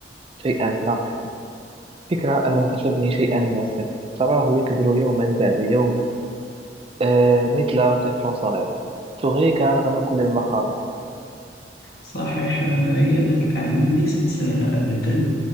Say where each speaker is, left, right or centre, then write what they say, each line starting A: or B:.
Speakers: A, on the right; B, on the left.
A: شيئا ناقصا فكرة أن تبني شيئا من الصفر تراه يكبر يوما بعد يوم آه مثل طفل صغير تغريك رغم كل المخاطر
B: صحيح آه، ريادة الأعمال ليست سهلة أبدا